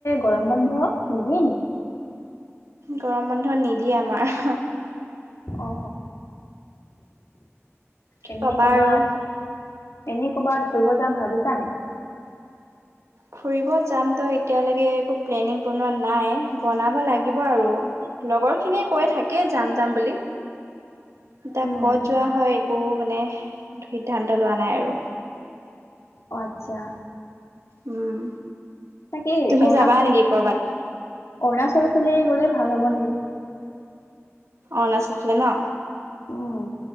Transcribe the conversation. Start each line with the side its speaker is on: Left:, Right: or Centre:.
Left: গৰম বন্ধ নিদিয়ে নি?
Right: গৰম বন্ধ নিদিয়ে আমাৰ।
Left: অ।
Right: কি
Left: এনেই
Right: ক'বা
Left: ক'বাত,
Right: আৰু।
Left: এনে ক'বাত ফুৰিব যাম ভাবিছা নাই?
Right: ফুৰিব যাম ত এতিয়ালৈকে একো প্লেনিং বনোৱা নাই, বনাব লাগিব আৰু। লগৰ খিনিয়ে কৈ থাকেই যাম যাম বুলি।
Left: <inaudible>
Right: তাক
Left: উম,
Right: ক'ত যোৱা হয় একো মানে সিদ্ধান্ত লোৱা নাই আৰু।
Left: অ আট্ছা।
Right: উম।
Left: তাকেই
Right: তুমি
Left: অৰুণাচল,
Right: যাবা নেকি কৰ'বাত
Left: অৰুণাচল ফালেই গলে ভাল হ'ব নেকি?
Right: অৰুণাচল ফালে ন।
Left: উম,